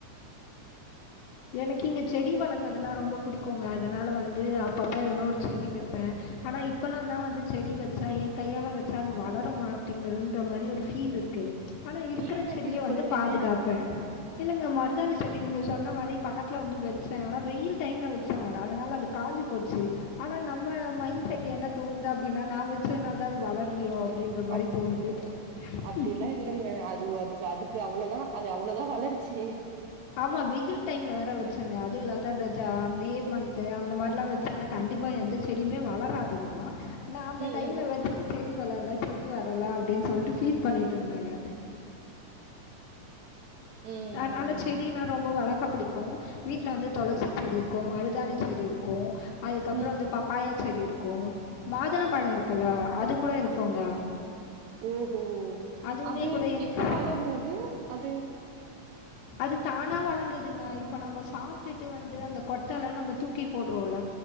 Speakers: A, on the left; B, on the right.
A: எனக்கு இங்க செடி வளர்க்கறதெல்லா ரொம்ப புடிக்கும்ங்க அதனால வந்து அப்பப்ப எதனா ஒரு செடி வெப்ப ஆனா இப்பலா தா வந்து செடி வெச்சா எய கையால வெச்சா அது வளர மாட்டிங்குதுன்ற‌ மாரி ஒரு ஃபீல் இருக்கு ஆனா இருக்குற
B: ஏ அப்டி
A: செடிய வந்து
B: சொல்றீங்க
A: பாதுகாப்ப இல்லங்க மருதாணி சரி நீங்க சொன்ன மாறி பக்கத்தில வந்து வச்ச ஆனா வெயில் டைம்ல வச்ச நா அதனால அது காஞ்சு போச்சு ஆனா நம்ம மைண்ட் செட் என்ன தோணுது அப்டின்னா நா வெச்சதுனால தா அது வளர்லயோ அ அப்டின்ற மாறி
B: அய்யய்யோ
A: தோணுது
B: அப்டிலா
A: ம்ம்ம்
B: இல்லங்க அது அதுக்கு அதுக்கு அவ்வளோதா அது அவ்வளோதா வளர்ச்சு
A: ஆமா வெயில் டைம்ல வேற வச்சாங்க அதுவு இல்லாத அந்த மே மந்த்த் அந்த மாரில்லா வச்சாங்க கண்டிப்பா எந்த செடியுமே வளராதுதா நா அந்த
B: ம்
A: டைமில்ல
B: ம்
A: வச்சுட்டு செடி வளரல செடி வளரல அப்டின்னு சொல்லிட்டு ஃபீல் பண்ணிகிட்டு இருந்தங்க
B: ம் ம்
A: அதனால
B: ம்
A: செடினா ரொம்ப வளர்க்க பிடிக்கும் இருக்கும் வீட்டில வந்து துளசி செடி இருக்கும் மருதாணி செடி இருக்கும் அதுக்கப்பற
B: ம்
A: வந்து பப்பாய சேரி இருக்கு மாதுள பழோ இருக்குல்ல அது கூட இருக்குங்க.
B: ஆமா ஓஹோ
A: அதுவுமே
B: அது
A: கூட எனக்கு
B: எப்ப வளரு அது அது
A: அது தானா வளர்ந்ததுங்க இப்ப நம்ம சாப்ட்டுட்டு வந்து அந்த கொட்டல்லா நம்ம தூக்கி போட்றோ ல